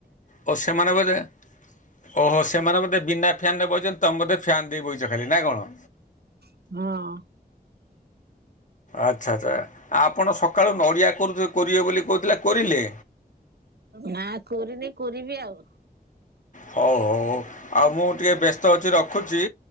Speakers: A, on the left; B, on the right.
A: ଓ ସେମାନେ ବୋଧେ ଓହୋ ସେମାନେ ବୋଧେ ବିନା ଫ୍ୟାନ ନେ ବହୁଛନ୍ତି ତମେ ବୋଧେ ଫ୍ୟାନ୍ ଦେଇ ବଇଛ ଖାଲି ନା କଣ?
B: ହଁ।
A: ଆଚ୍ଛା ଆଚ୍ଛା ଆପଣ ସକାଳୁ ନଡ଼ିଆ କରୁଥିବେ କରିବେ ବୋଲି କହୁଥିଲେ କୋରିଲେ।
B: ନା କୋରିନି କୋରିବି ଆଉ।
A: ହଉ ହଉଉ ଆଉ ମୁଁ ଟିକେ ବ୍ୟସ୍ତ ଅଛି ରଖୁଛି